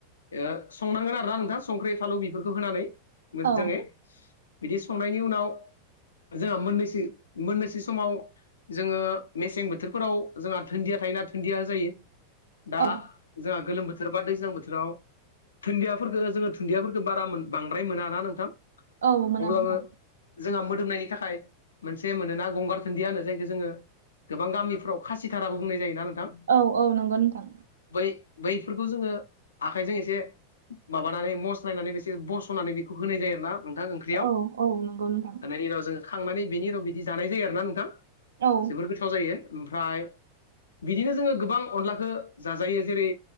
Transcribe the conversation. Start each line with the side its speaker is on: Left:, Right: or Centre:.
Left: ओ संनांगोन आरोना नोंथां संख्रि फालौ बेफोरखौ होनानै मोजाङै
Right: औ
Left: बिदि संनायनि उनाव जोंहा मोननोसो मोननोसो समाव जोङो मेसें बोथोरफोराव जोंहा धुन्दिया थायोना धुन्दिया जायो दा
Right: औ
Left: जोंहा गोलोम बोथोर बा दैज्लां बोथोराव दुन्दियाफोरखौ जोङो दुन्दियाफोरखौ बारा बांद्राय मोनाना नोंथां
Right: औ मोना
Left: अब्लाबो
Right: नोंथां
Left: जोंहा मोदोमनायनि थाखाय मोनसे मोनोना गंगार दुनन्दिया होनो जायखौ जोङो गोबां गामिफ्राव खासिथाराबो बुंनाय जायोना नोंथां
Right: औ औ नंगौ नोंथां
Left: बै बैफोरखौ जोङो आखाइजों एसे माबानानै मस्लायनानै बेसोर बस'नानै बेखौ होनाय जायो आरो ना नोंथां ओं ख्रैयाव
Right: औ औ नंगौ नोंथां
Left: होनायनि उनाव जोङो खांनानै बेनि उनाव बिदि जानाय जायो आरो ना नोंथां
Right: औ
Left: जोबोर गो गोथाव जायो ओमफ्राय बिदिनो जोङो गोबां अनलाखौ जाजायो जेरै